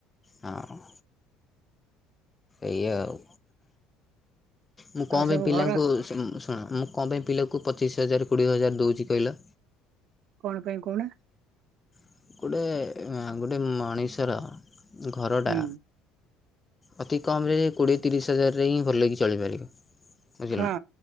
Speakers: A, on the left; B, on the right.
A: ହଁ। ଏଇ ଆଉ ମୁଁ
B: ଆଉ
A: କଣ
B: ସବୁ
A: ପାଇଁ ପିଲାଙ୍କୁ
B: ଘର
A: ଶୁଣ ମୁଁ କଣ ପାଇଁ ପିଲାକୁ ପ ପଚିଶ ହଜାର କୋଡ଼ିଏ ହଜାର ଦଉଚି କହିଲ।
B: କଣ ପାଇଁ କ
A: <unintelligible> ଗୋଟେ ଗୋଟେଥଥଥ ମଣିଷର ଘରଡ଼ା
B: ହୁଁ
A: ଅତି କମ୍ ରେ କୋଡ଼ିଏ ତିରିଶ ହଜାରରେ ହିଁ ଭଲକି ଚଳିପାରିବ ବୁଝିଲ
B: ହଁ